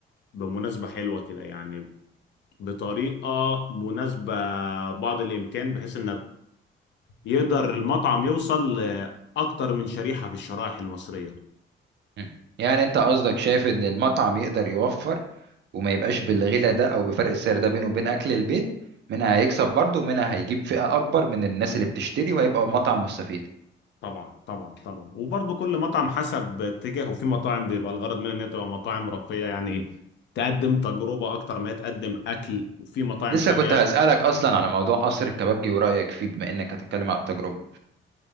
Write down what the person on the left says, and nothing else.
بمناسبه حلوه كده يعني بطريقه مناسبه بعض الامكان بحيث ان يقدر المطعم يوصل لاكتر من شريحه في الشرائح المصريه
طبعا طبعا طبعا وبرضه كل مطعم حسب اتجاهه في مطاعم بيبقى الغرض منها انها تبقى مطاعم راقيه يعني تقدم تجربه اكتر ما هي تقدم اكل وفي مطاعم
تانية